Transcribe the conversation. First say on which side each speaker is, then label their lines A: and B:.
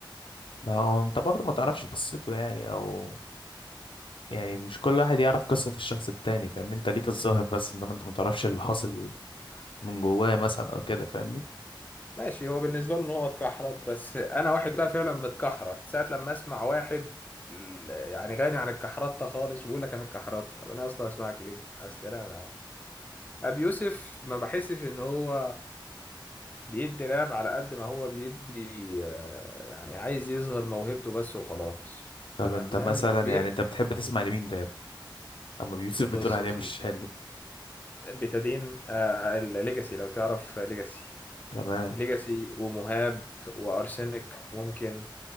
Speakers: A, on the left (about 85°); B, on the left (about 20°).
A: ما هو انت برضه ما تعرفش قصته يعني او يعني مش كل واحد يعرف قصة الشخص التاني فاهمني انت ليك الظاهر بس انما انت ما تعرفش اللي حاصل من جواه مثلا او كده فاهمني
B: ماشي هو بالنسبة له ان هو اتكحرت بس انا واحد بقى فعلا متكحرت ساعة لما اسمع واحد ال- يعني غني عن الكحرطة خالص ويقول لك انا اتكحرت طب انا اصلا اسمعك ليه؟ على السلامة يا عم ابي يوسف ما بحسش ان هو بيدي راب على قد ما هو بيدي آه، يعني عايز يظهر موهبته بس وخلاص
A: طب
B: تمام
A: انت
B: انا
A: مثلا
B: مش بيحكي
A: يعني انت بتحب تسمع لمين راب اما بيوسف
B: بص
A: بتقول عليه
B: يا سيدي
A: مش حلو
B: بتدين الليجاسي لو تعرف ليجاسي
A: تمام
B: ليجاسي ومهاب وارسنال ممكن